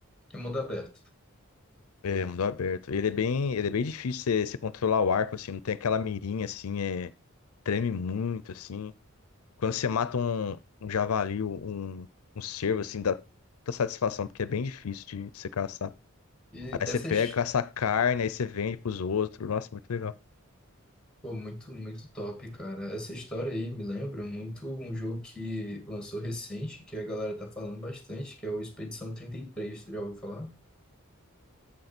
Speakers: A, in the centre; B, on the left (about 85°).
A: É mundo aberto.
B: É, mundo aberto. Ele é bem, ele é bem difícil você você controlar o arco, assim. Não tem aquela mirinha, assim. É, treme muito, assim. Quando você mata um, um javali, um, um cervo, assim, dá muita satisfação, porque é bem difícil de você caçar.
A: E
B: Aí
A: essas
B: você pega, caça a carne, aí você vende pros outros. Nossa, muito legal.
A: Pô, muito, muito top, cara. Essa história aí me lembra muito um jogo que lançou recente, que a galera tá falando bastante, que é o Expedição 33, tu já ouviu falar?